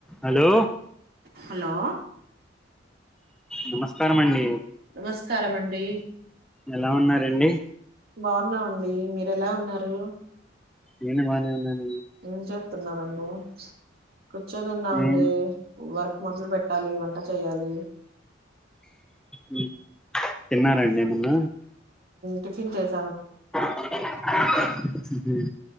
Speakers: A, in the centre; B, on the right.
A: హలో
B: హలో
A: నమస్కారం అండి
B: నమస్కారమండి
A: ఎలా ఉన్నారండి
B: బాగున్నావండి మీర ఎలా ఉన్నారు
A: ఏను మాానే ఉన్న న్
B: ఏం చేత్తున్నారండి కూర్చోని ఉన్నామండి
A: ఏం
B: వర్క్ మొదలు పెట్టాలి వంట చేయాలి
A: మ్మ్ తిన్నారండి మున్న
B: టిపిన్ చేస్
A: మ్మ్ హ్మ్ మ్మ్